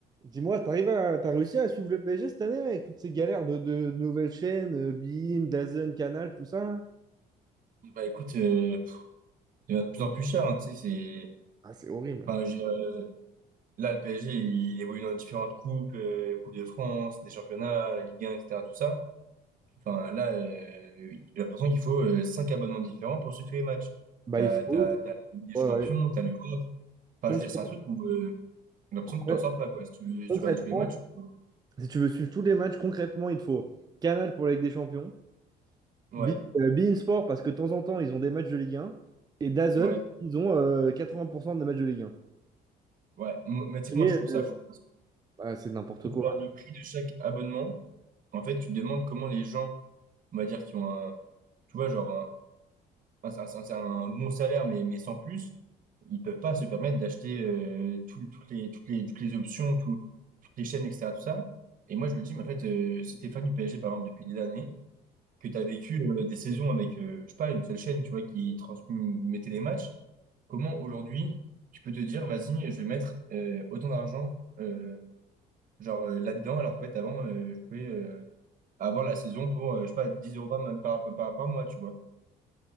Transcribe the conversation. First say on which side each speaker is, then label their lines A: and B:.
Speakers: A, on the right; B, on the right.
A: Dis-moi, t'arrives à, t'as réussi à suivre le PSG cette année avec toutes ces galères de, de nouvelles chaînes, euh, beIN, DAZN, Canal, tout ça? hein
B: Bah écoute, euh, il devient de plus en plus cher, hein, tu sais, c'est...
A: Ah, c'est horrible.
B: Enfin, je- euh, là, le PSG, il évolue dans différentes coupes, euh, Coupe de France, des championnats, la Ligue 1, etc., tout ça. Enfin, là, euh, oui, j'ai l'impression qu'il faut euh, cinq abonnements différents pour suivre tous les matchs.
A: Bah,
B: T'as,
A: il faut.
B: t'as, t'as la Ligue des
A: ouais,
B: champions,
A: ouais.
B: t'as l'Europe. Enfin,
A: Concrètement,
B: je veux dire, c'est un truc où euh, j'ai l'impression que tu
A: ouais,
B: t'en sors pas, quoi. Si tu veux,
A: concrètement,
B: si tu vas aller tous les matchs, faut-
A: si tu veux suivre tous les matchs, concrètement, il te faut Canal pour la Ligue des Champions,
B: ouais,
A: Be- euh, beIN Sport parce que de temps en temps, ils ont des matchs de Ligue 1, et DAZN,
B: ouais,
A: ils ont euh, 80% des matchs de Ligue 1.
B: ouais. M- Mais tu sais que
A: Et,
B: moi, je trouve ça
A: euh,
B: fou.
A: bah, c'est n'importe
B: quand
A: quoi.
B: tu regardes le prix de chaque abonnement, en fait, tu te demandes comment les gens, on va dire, qui ont un, tu vois, genre un, un- un- un- un bon salaire, mais, mais sans plus, ils peuvent pas se permettre d'acheter euh, tout- toutes les, toutes les, toutes les options, tout- toutes les chaînes, etc. Tout ça. Et moi, je me dis, mais en fait, euh, si t'es fan du PSG, par exemple, depuis des années, que tu as vécu euh, des saisons avec, euh, je sais pas, une seule chaîne, tu vois, qui transmettait les matchs, comment aujourd'hui tu peux te dire, vas-y, je vais mettre euh, autant d'argent. euh, genre euh, là-dedans, alors qu'en fait, avant, euh, je pouvais euh, avoir la saison pour, euh, je sais pas, 10 euros par, mois- par, par, par mois, tu vois,